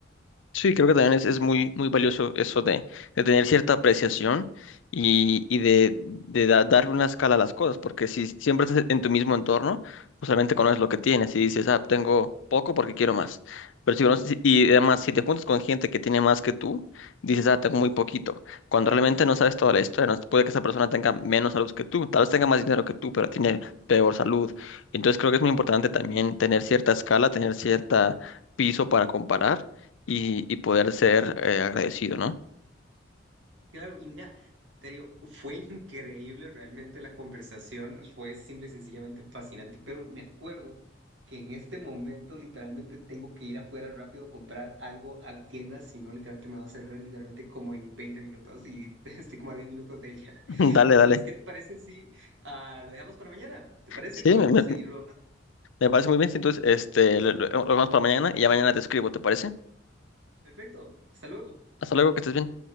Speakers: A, on the left (about 75°); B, on the right (about 70°).
A: Sí, creo que también es, es muy, muy valioso eso de, de tener cierta apreciación y, y de, de da- dar una escala a las cosas, porque si siempre estás en tu mismo entorno, pues solamente conoces lo que tienes y dices, ah, tengo poco porque quiero más. Pero si, conoces- y además, si te juntas con gente que tiene más que tú, dices, ah, tengo muy poquito, cuando realmente no sabes toda la historia, no, puede que esa persona tenga menos salud que tú, tal vez tenga más dinero que tú, pero tiene peor salud. Entonces creo que es muy importante también tener cierta escala, tener cierta piso para comparar y, y poder ser eh, agradecido, ¿no?
B: Claro, y mira, te digo, fue <laughs> increíble realmente la conversación, fue simple y sencillamente fascinante, pero me acuerdo que en este momento literalmente tengo que ir afuera rápido a comprar algo a la tienda, si no literalmente me va a cerrar literalmente como en 20 minutos y <laughs> estoy como a 10 minutos de ella.
A: <laughs> Dale,
B: Entonces,
A: dale.
B: ¿qué te parece si ah, lo dejamos para mañana? ¿Te parece?
A: Sí,
B: Podemos
A: me, me-
B: seguirlo hablando.
A: me parece muy bien. Sí, Entonces, este, lo, lo- lo vamos para mañana y ya mañana te escribo, ¿te parece?
B: Perfecto, hasta luego.
A: Hasta luego, que estés bien.